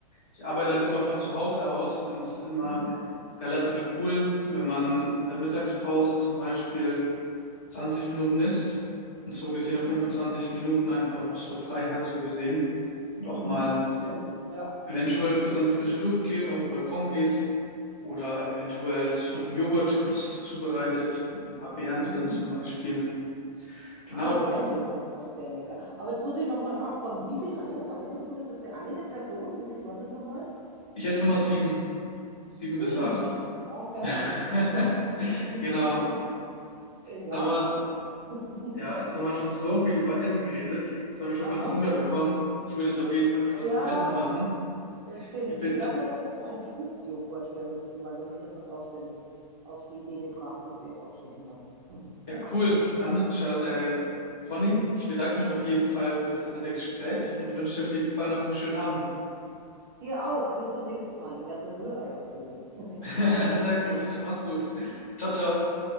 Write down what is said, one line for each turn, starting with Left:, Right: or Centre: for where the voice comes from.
Left: ich arbeite halt immer von zu Hause aus und dann ist es immer
Right: Mhm.
Left: relativ cool, wenn man in der Mittagspause zum Beispiel 20 Minuten isst und so gesehen fünfundzwanzig
Right: Mhm.
Left: Minuten einfach noch so frei hat, so gesehen und auch
Right: Mhm.
Left: mal
Right: Das stimmt. Ja.
Left: eventuell kurz an die frische Luft geht, auf den Balkon geht oder eventuell sich noch einen Joghurt kurz zubereitet, mit ein paar Beeren
Right: Mhm.
Left: drin zum Beispiel. Genau,
Right: Ah, Bärenjoghurt ist auch sehr lecker. Aber jetzt muss ich nochmal nachfragen, wie viele Eier verwendest du? Ist das für eine Person? Wie viel waren das nochmal?
Left: ich esse immer sieben, sieben
Right: Sieben.
Left: bis acht.
Right: Okay.
Left: <laughs>
Right: <laughs>
Left: Genau, jetzt
Right: Äh, Ja,
Left: haben wir,
Right: gut. <laughs>
Left: ja, jetzt haben wir schon so viel über Essen geredet. Jetzt habe ich schon
Right: Aha.
Left: ganz Hunger bekommen. Ich würde jetzt auf jeden Fall mir was
Right: Ja,
Left: zum Essen machen.
Right: das stimmt.
Left: Ich
Right: Ich
Left: bedanke,
Right: werde mir jetzt ein Fruchtjoghurt herrichten, weil du mich jetzt auf den, auf die Idee gebracht hast. Ich habe auch schon Hunger. <laughs>
Left: ja, cool. Dann, Scha- äh, Conny, ich bedanke mich auf jeden Fall für das nette Gespräch und wünsche dir auf jeden Fall noch einen schönen Abend.
Right: Dir auch. Bis zum nächsten Mal. Ich werde das Rührei ausprobieren. <laughs>
Left: <laughs> Sehr gut. Mach's gut. Ciao, ciao.
Right: Ciao.